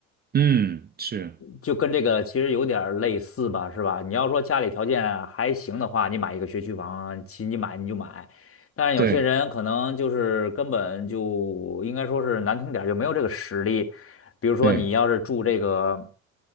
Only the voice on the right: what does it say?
嗯，是，
对
对，